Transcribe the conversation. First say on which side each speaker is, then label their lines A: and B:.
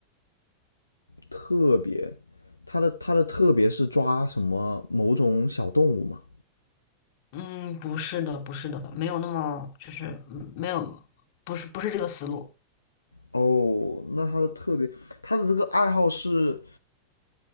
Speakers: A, on the left; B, on the left.
A: 特别，他的他的特别是抓什么某种小动物嘛？
B: 嗯，不是的，不是的，没有那么就是嗯没有，不是不是这个思路。
A: 哦，那他的特别，他的这个爱好是